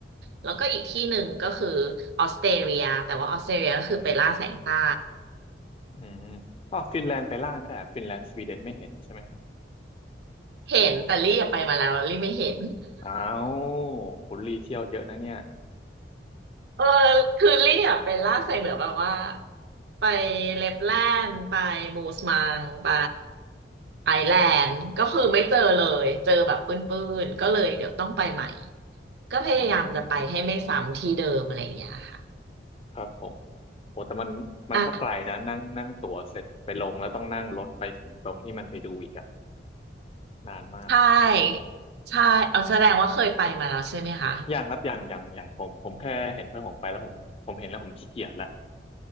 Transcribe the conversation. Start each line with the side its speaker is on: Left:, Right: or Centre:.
Right: แล้วก็อีกที่หนึ่งก็คือออสเตรเลียแต่ว่าออสเตรเลียก็คือไปล่าแสงใต้
Left: อืมอ๋อฟินแลนด์ไปล่าไม่ได้ฟินแลนด์สวีเดนไม่เห็นใช่ไหมครับ
Right: เห็นแต่ลี่อะไปมาแล้วแล้วลี่ไม่เห็น
Left: อ้าวคุณรีเที่ยวเยอะนะเนี่ย
Right: เออคือลี่อะไปล่าไซเบอร์แบบว่าไปเลปแลนด์ไปมูสมังไปไอแลนด์ก็คือไม่เจอเลยเจอแบบปื้นๆก็เลยเดี๋ยวต้องไปใหม่ก็พยายามจะไปให้ไม่ซ้ำที่เดิมอะไรอย่างเงี้ยค่ะ
Left: อืมครับผมโอ้แต่มันมันก็ไกลนะนั่งนั่งตั๋วเสร็จไปลงแล้วต้องนั่งรถไปถึงตรงที่มันไปดูอีกอะ
Right: อ่ะ
Left: นานมากอะ
Right: ใช่ใช่เอาแสดงว่าเคยไปมาแล้วใช่ไหมคะ
Left: อย่างครับอย่างอย่างอย่างผมผมแค่เห็นเพื่อนผมไปแล้วผมผมเห็นแล้วผมขี้เกียจแล้ว